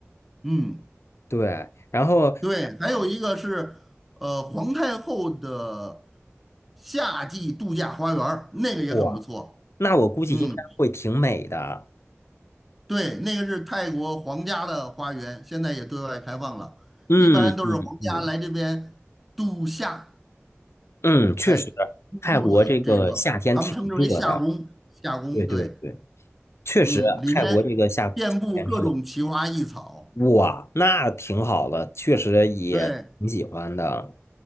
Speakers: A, in the centre; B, on the left.
A: 嗯，
B: 对，然后
A: 对，还有一个是呃皇太后的夏季度假花园儿，那个也很不错。
B: 哇，那我估计应该会挺美的。
A: 嗯。对，那个是泰国皇家的花园，现在也对外开放了。
B: 嗯嗯嗯
A: 一般都是皇家来这边度夏
B: 嗯，确实，
A: 才入住的，
B: 泰国这个夏天挺热的。
A: 这个他们称之为夏宫。夏宫，
B: 对对对，
A: 对，
B: 确实，
A: 嗯，里面遍布各种奇花异草。
B: 泰国这个夏天热，哇，那挺好的，确实也挺喜欢的。
A: 对，